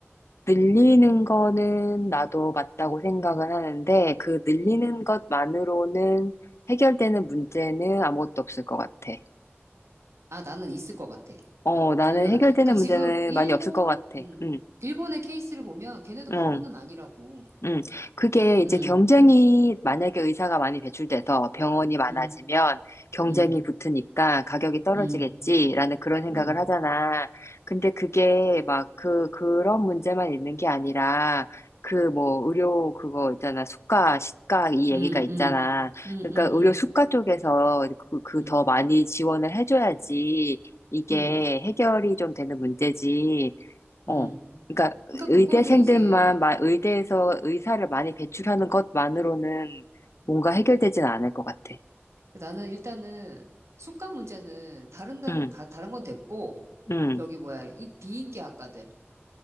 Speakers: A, on the left; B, on the right.
A: 늘리는 거는 나도 맞다고 생각은 하는데, 그 늘리는
B: 음.
A: 것만으로는 해결되는 문제는 아무것도 없을 것 같아.
B: 아, 나는 있을 것 같아.
A: 어, 나는
B: 늘려나.
A: 해결되는
B: 그러니까 지금
A: 문제는
B: 일본,
A: 많이 없을 것 같아.
B: 음,
A: 응,
B: 일본의 케이스를 보면 걔네도
A: 응.
B: 바보는 아니라고.
A: 음, 그게
B: 걔,
A: 이제
B: 음,
A: 경쟁이 만약에 의사가 많이 배출돼서 병원이 많아지면
B: 음.
A: 경쟁이
B: 음.
A: 붙으니까 가격이 떨어지겠지라는
B: 음,
A: 그런 생각을
B: 음,
A: 하잖아. 근데 그게 막 그, 그런 문제만 있는 게 아니라 그 뭐 의료 그거 있잖아. 수가, 시가 이 얘기가
B: 음,
A: 있잖아.
B: 음, 음,
A: 그러니까 의료
B: 음,
A: 수가 쪽에서 그, 그
B: 음,
A: 더 많이 지원을 해줘야지 이게
B: 음, 음,
A: 해결이 좀 되는 문제지. 어.
B: 음.
A: 그러니까
B: 그러니까
A: 의대생들만
B: 그거는 이제
A: 마- 의대에서 의사를 많이 배출하는 것만으로는 뭔가
B: 음.
A: 해결되진 않을 것 같아.
B: 나는 일단은 숙가 문제는 다른 데
A: 응,
B: 가- 다른 건 됐고
A: 응.
B: 저기 뭐야 이 비인기 학과들